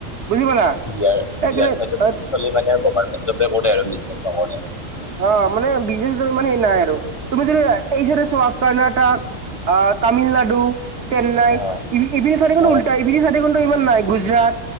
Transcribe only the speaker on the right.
বুজি পালা৷
এই
অ মানে বিজনেছ ইমান হে নাই আৰু৷ তুমি যদি এই চাইডে চোৱা কৰ্ণাটক আহ তামিলনাড চেন্নাই
হিপিন চাইদে খনো
উল্টা হিপিন চাতি খনটো ইমান নাই গুজৰাট